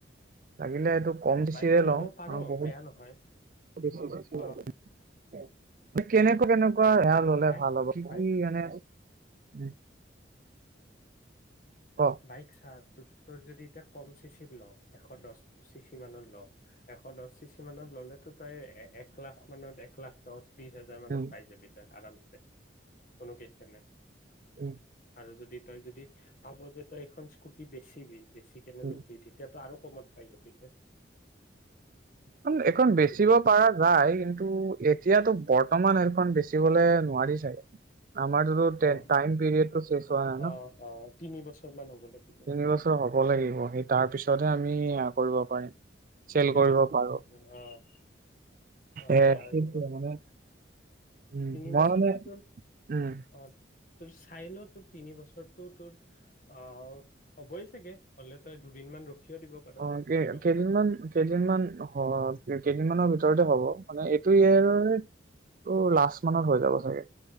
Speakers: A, on the right; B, on the left.
A: লাগিলে এইটো কম
B: অ
A: চিচিৰে
B: বাইক লব
A: লওঁ
B: পাৰ
A: আৰু বহুত
B: বেয়া নহয়।
A: <unintelligible>
B: অ
A: <inaudible> কেনেকুৱা কেনেকুৱা
B: অ
A: এয়া ললে
B: বাইক
A: ভাল হ'ব কি
B: বাইক
A: কি এন এছ উম। ক
B: বাইক চা ত তই যদি এতিয়া কম চিচিত ল এশ দছ চিচি মানত ল, এশ দছ চিচি মানত ল'লে টো তই এক লাখ মানত এক লাখ দচ বিশ হাজাৰ মানত
A: উম,
B: পাই যাবি তই আৰাম কোনো কিচে নাই।
A: উম,
B: আৰু যদি তই যদি ভাব যে তই এইখন স্কুটি বেছিবি ফিৰতে বোলে
A: উম,
B: লবি তেতিয়া তোৰ আৰু কমত পাই যাবি। তই
A: উম, এইখন বেচিব
B: তেতিয়া
A: পাৰা যায়। কিন্তু এতিয়াতো বৰ্তমান সেইখন বেছি বেচিবলৈ নোৱাৰি চাগে, আমাৰটোত
B: অ
A: টাইম পিড়িয়েটো চেছ হোৱা নাই ন।
B: অ অ তিনি বছৰ মান হ'ব লাগিব
A: তিনি বছৰ হ'ব লাগিব। সেই তাৰ পিছতহে আমি সেয়া কৰিব পাৰিম। চেল
B: এতিয়া
A: কৰিব
B: বেছি ন
A: পাৰো
B: আহ অ' অলে
A: এ
B: আৰু
A: সেইটোৱে
B: যাব।
A: মানে উম
B: তিনি
A: মই
B: বছৰটোতৰ
A: মানে উম
B: অ' তোৰ চাই ল তোৰ তিনি বছৰটো তোৰ অ' হ'বই চাগে হ'লে তই দুদিনমান ৰখ ৰখিও দিব পাৰ
A: অ' কেইদিনমান
B: যদি অ
A: কেইদিনমান অ' কেইদিনমানৰ ভিতৰত ওচৰতে হ'ব। মানে এইটো ইয়াৰৰে তো লাষ্ট মানত হৈ যাব চাগে।